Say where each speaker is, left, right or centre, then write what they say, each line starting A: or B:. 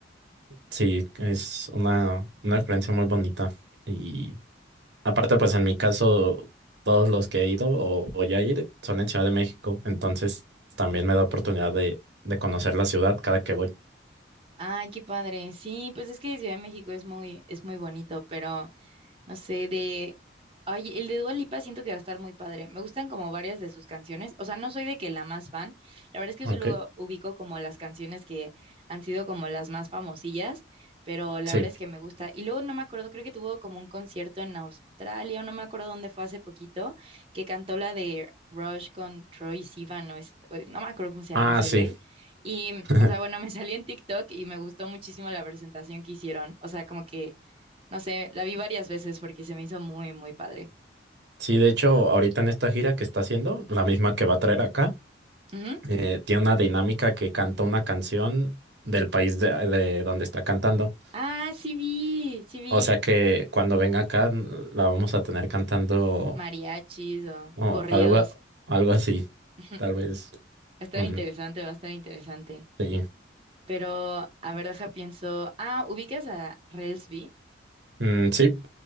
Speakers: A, on the right; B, on the right.
A: Sí, es una, una experiencia muy bonita. Y Aparte, pues en mi caso, todos los que he ido o voy a ir son en Ciudad de México, entonces también me da oportunidad de, de conocer la ciudad cada que voy.
B: Ay, qué padre. Sí, pues es que Ciudad de México es muy, es muy bonito, pero No sé, de... Ay, el de Dua Lipa siento que va a estar muy padre. Me gustan como varias de sus canciones. O sea, no soy de que la más fan. La verdad es que
A: Ok,
B: yo solo ubico como las canciones que han sido como las más famosillas, pero la
A: sí.
B: verdad es que me gusta. Y luego no me acuerdo, creo que tuvo como un concierto en Australia, o no me acuerdo dónde fue hace poquito, que cantó la de Rush con Troy Sivan, o es- o- no me acuerdo cómo se
A: Ah,
B: llama ese
A: sí.
B: güey. Y,
A: <laughs>
B: o sea, bueno, <laughs> me salió en TikTok y me gustó muchísimo la presentación que hicieron. O sea, como que no sé, la vi varias veces porque se me hizo muy, muy padre.
A: Sí, de hecho, ahorita en esta gira que está haciendo, la misma que va a traer acá,
B: Ujú.
A: eh, tiene una dinámica que canta una canción del país de, de donde está cantando.
B: Ah, sí vi, sí vi
A: O sea que cuando venga acá n- la vamos a tener cantando
B: mariachis o
A: o
B: corridos.
A: algo, algo así,
B: Ujú. Va
A: tal vez.
B: a estar
A: um,
B: interesante, va a estar interesante.
A: sí.
B: Pero, a ver, deja pienso. Ah, ¿ubicas a Relsby?
A: Mm, sí.